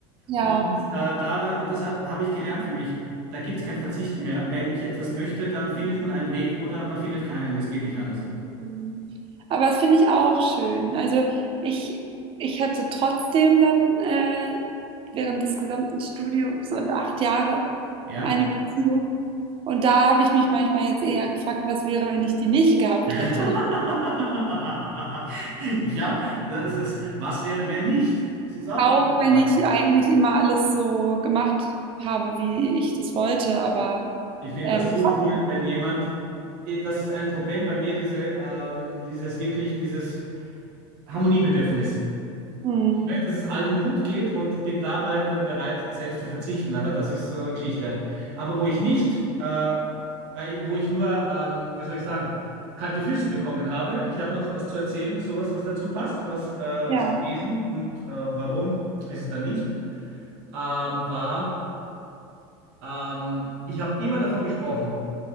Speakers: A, on the right (about 40°); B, on the right (about 70°).
A: Ja.
B: Und äh, da dann, und das habe hab hab ich gelernt für mich, da gibt es kein Verzicht mehr. Wenn ich etwas möchte, dann findet man einen Weg oder man findet keinen. Es geht nicht anders.
A: Mhm. Aber das finde ich auch schön. Also ich, ich hatte trotzdem dann äh, während des gesamten Studiums und acht Jahre
B: Ja.
A: eine Beziehung. Und da habe ich mich manchmal jetzt eher gefragt, was wäre, wenn ich die nicht gehabt
B: <laughs>
A: hätte.
B: Ja, das ist, was wäre, wenn nicht? Das ist auch
A: Auch
B: eine coole
A: wenn
B: Frage.
A: ich eigentlich immer alles so gemacht habe, wie ich das wollte, aber
B: Ich finde
A: ähm,
B: das so
A: trotzdem.
B: cool, wenn jemand, das ist ein Problem bei mir, diese, ähm, dieses wirklich, dieses Harmoniebedürfnis.
A: Hm.
B: Ich möchte, dass es allen gut geht und bin dabei dann bereit, selbst zu verzichten. Aber das ist äh, Geschichte. Aber wo ich nicht, äh, weil, wo ich nur, ähm, wie soll ich sagen, kalte Füße bekommen habe, ich habe noch was zu erzählen, sowas, was dazu passt, was äh,
A: Ja.
B: ist gewesen und äh, warum ist es dann nicht, ähm, war, ähm, ich habe immer davon gesprochen.